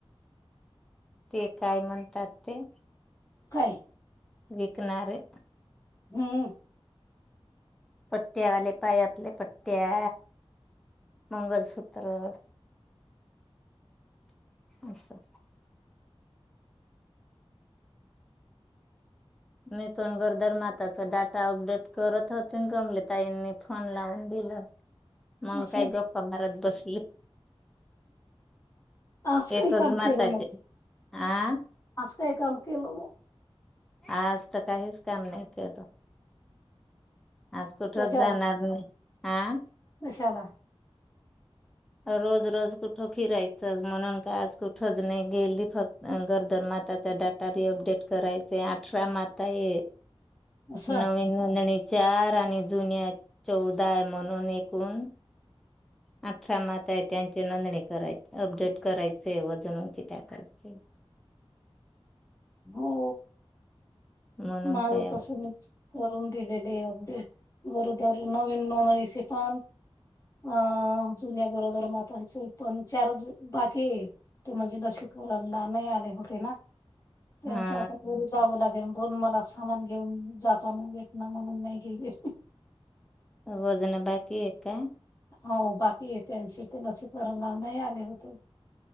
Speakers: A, in the centre; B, on the left.
A: ते काय म्हणतात ते?
B: काय?
A: विकणाारे
B: हम्म
A: पट्टे आले पायातले प्ट्या मंगलसूत्र अच्छा नाही तो गरोदर माता चे डाटा अपडेट करत होते ग मले ताईंनी फोन लावून दिलं. मग
B: अस
A: काय गप्पा मारत बसली
B: आज काही
A: एकच
B: काम
A: माताचे
B: केल मग
A: आ
B: आज काय काम केलं
A: आज तर काहीच काम नाही केलं. आज कुठच
B: कशाला
A: जाणार नाही. आ
B: कशाला
A: रोज रोज कुठं फिरायचं म्हणून का आज कुठच नाही गेली फक्त गरोदर माताचा डाटा बी अपडेट करायचे अठरा माता आहे
B: असं
A: नवी नोंदणी चार आणि जुन्या चौदा आहे म्हणून एकूण <inaudible> आहे त्यांची नोंदणी करायची. अपडेट करायचे वजनंची टाकायचे.
B: हो
A: म्हणून
B: माझं
A: काय
B: तस
A: अस
B: मी करून दिलेले आहे अपडेट. गरोदर नवीन नोंदणीचे पण अ जुन्या गरोदर मा पच पण चार ज बाकी ये ते म्हणजे लशीकरला नाही आले होते ना त्यांच
A: हा
B: आता घरी जावं लाग पण मला सामान घेऊन जाताना भेटनार नाही म्हणून नाही गेले.
A: वजन बाकी ए का
B: हो बाकी हे त्यांचे ते लसीकरणला नाही आले होते.